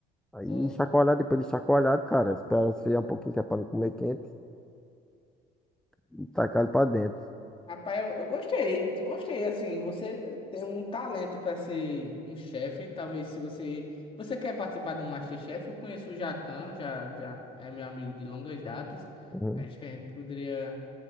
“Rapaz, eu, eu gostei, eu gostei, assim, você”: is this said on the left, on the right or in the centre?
Left